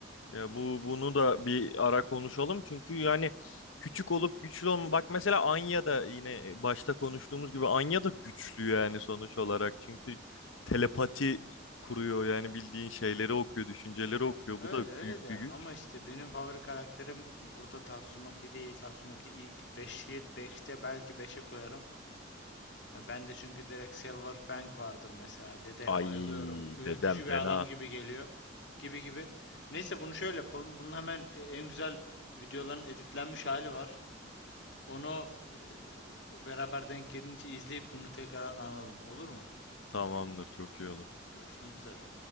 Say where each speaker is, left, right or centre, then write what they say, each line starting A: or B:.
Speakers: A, on the left; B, on the left.
A: Ya bu bunu da bir ara konuşalım. Çünkü yani küçük olup güçlü olma. Bak mesela Anya da yine başta konuştuğumuz gibi Anya da güçlü yani sonuç olarak. Çünkü telepati kuruyor yani bildiğin şeyleri okuyor, düşünceleri
B: Ya
A: okuyor.
B: öyle
A: Bu da
B: öyle
A: büyük
B: de
A: bir
B: ama
A: güç.
B: işte benim favori karakterim burada Tatsumaki değil. Tatsumaki ilk 5'i beşte belki beşe koyarım. Ya Ben de çünkü direkt Silver Fang vardır mesela. Dede
A: Ay
B: bayılıyorum. Ürkücü
A: dedem
B: bir
A: fena.
B: adam gibi geliyor. Gibi gibi. Neyse bunu şöyle yapalım. Bunun hemen e, en güzel videoların editlenmiş hali var. Onu e, beraber denk gelince izleyip bunu tekrar analım. Olur mu?
A: Tamamdır çok iyi olur.
B: Görüşmek üzere.